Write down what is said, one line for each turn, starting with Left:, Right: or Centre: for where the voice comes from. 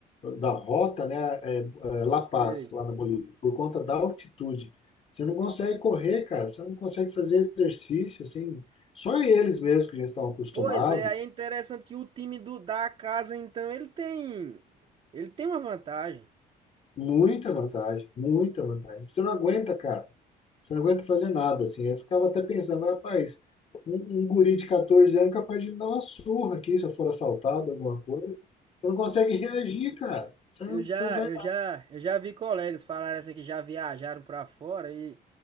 Left: da rota, né, é, é,
Right: Sei.
Left: La Paz, lá na Bolívia, por conta da altitude. Você não consegue correr, cara, você não consegue fazer exercício, assim. Só eles mesmos que já estão acostumados,
Right: Pois é, aí é interessante que o time do da casa, então, ele tem ele tem uma vantagem.
Left: muita vantagem, muita vantagem. Você não aguenta, cara. Você não aguenta fazer nada, assim. Eu ficava até pensando, mas, rapaz, um, um guri de 14 anos é capaz de me dar uma surra aqui se eu for assaltado, alguma coisa. Você não consegue reagir, cara. Você não,
Right: Eu já,
Left: você não vai.
Right: eu já, eu já vi colegas falarem assim que já viajaram pra fora e